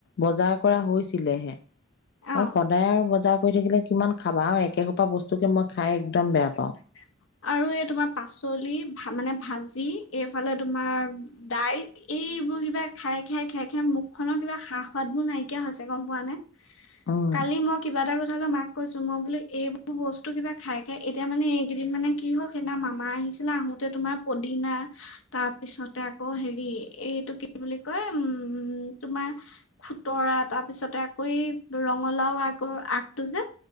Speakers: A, on the left; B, on the left.
A: বজাৰ কৰা হৈছিলেহে
B: অ
A: আৰু সদায় আৰু বজাৰ কৰি থাকিলে কিমান খাবা আৰু এক একে সোপাই বস্তুকে মই খাই একদ বেয়া পাওঁ
B: <unintelligible> আৰু এই তোমাৰ পাচলি মানে ভাজি এইফালে তোমাৰ দাইল এই এইবোৰ কিবা খাই খাই খাই খাই মুখ খনৰ কিবা সা সোৱাদ বোৰ নাইকিয়া হৈছে গম পোৱা নে
A: উম
B: কালি মই কিবা এটা কথালৈ' মাক কৈছো মই বোলো এইবোৰ বস্তু কিবা খাই খাই এতিয়া মানে কেইদিন মানে কি হক সেইদিনা মামা আহিছিলে আহোতে তোমাৰ পদিনা তাৰ পিছতে আকৌ হেৰি এইটো কি বুলি কয় উম তোমাৰ খুতৰা তাৰপিছতে আকৌ এই ৰঙালাও আগৰ আগটো যে